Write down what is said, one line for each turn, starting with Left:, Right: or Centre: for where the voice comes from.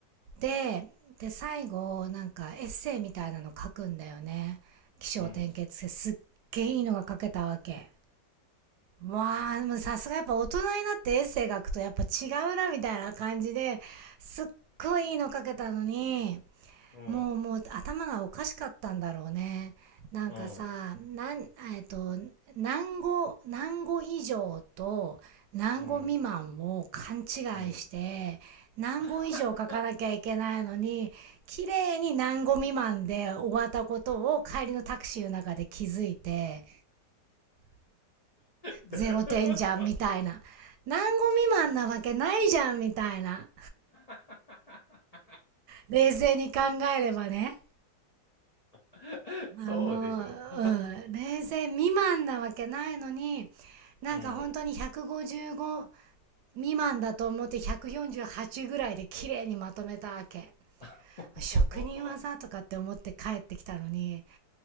Right: で、で、最後、なんかエッセイみたいなの書くんだよね。起承転結してすっげーいいのが書けたわけ。
Left: うん、うん、<laughs>
Right: わあ、もうさすがやっぱ大人になってエッセイ書くとやっぱ違うなみたいな感じで、すっごいいいの書けたのに、
Left: うん、
Right: もうもう頭がおかしかったんだろうね。
Left: うん、
Right: なんかさ、
Left: うん、
Right: なん、えっと、何語、何語以上と何語未満を勘違いして、
Left: うん。うん
Right: 何語以上書かなきゃいけないのに、
Left: <laughs>
Right: 綺麗に何語未満で終わったことを帰りのタクシーの中で気づいて、
Left: だ
Right: ゼロ点じゃんみたいな。何語未満なわけないじゃんみたいな。
Left: <laughs>
Right: 冷静に考えればね。
Left: <laughs>
Right: あ、
Left: そうでしょ。
Right: もう、うん、
Left: <laughs>
Right: れいせい未満なわけないのに、なんか本当に155
Left: うん。
Right: 未満だと思って148ぐらいで綺麗にまとめたわけ。
Left: <laughs>
Right: 職人技とかって思って帰ってきたのに、